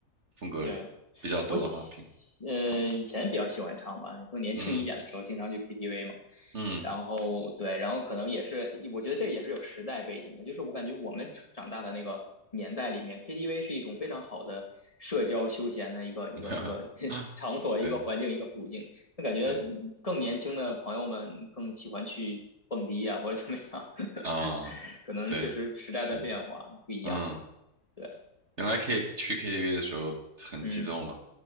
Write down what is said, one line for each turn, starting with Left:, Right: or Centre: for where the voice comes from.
Right: 风格比较多的话，
Left: 对。我喜呃以前比较喜欢唱吧，
Right: 平，
Left: 更年轻一点的时候经常去
Right: 嗯
Left: KTV 嘛。
Right: 嗯，
Left: 然后对，然后可能也是，我觉得这也是有时代背景的，就是我感觉我们长大的那个年代里面，KTV 是一种非常好的社交休闲的一个一个一个
Right: <laughs>
Left: <laughs> 场所、
Right: 对
Left: 一个环境、一个途径。那感觉更年轻的朋友们更喜欢去蹦迪呀、
Right: 对
Left: 或者怎么样，<laughs>
Right: 啊，
Left: 可能确实时代的变化不一样。
Right: 对，是，嗯，
Left: 对，
Right: 原来可以去 KTV 的时候很激动了，
Left: 嗯。